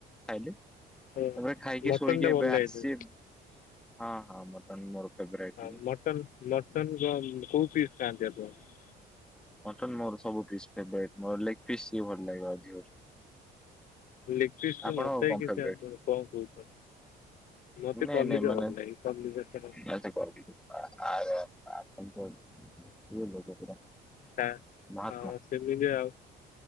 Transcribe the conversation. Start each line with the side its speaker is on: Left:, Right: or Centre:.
Centre: ଖାଇଲୁ ତାପରେ
Left: ହଁ
Centre: ଖାଇକି
Left: ମଟନ
Centre: ଶୋଇକି
Left: ଟା
Centre: ଏବେ
Left: ଭଲ
Centre: ଆସିଛି।
Left: ଲାଗେ
Centre: ହଁ ହଁ ତମେ ମୋର <unintelligible>
Left: ହଁ ମଟନ୍ କ କୋଉ ପିସ ଖାଆନ୍ତି <unintelligible>
Centre: ମଟନ୍ ମୋର ସବୁ ପିସ୍ ଫେବରାଇଟ୍ ମୋର ଲେଗ ପିସ୍ ସିଏ ମୋର <unintelligible> ପିସ୍।
Left: ଲେଗ୍ ପିସ୍
Centre: ଆପଣ
Left: ନଥାଇକି
Centre: କଣ ଫେବରାଇଟ
Left: <unintelligible> ଆପଣ କଣ କହୁଛନ୍ତି <inaudible> ମତେ
Centre: ନାଇଁ
Left: କଲିଜା
Centre: ନାଇଁ ମାନେ
Left: ଭଲ ଲାଗେ, କଲିଜା ସେ
Centre: ଆଚ୍ଛା, <unintelligible>
Left: ହଁ
Centre: ମହାତ୍ମା
Left: ସେମିତି ଆଉ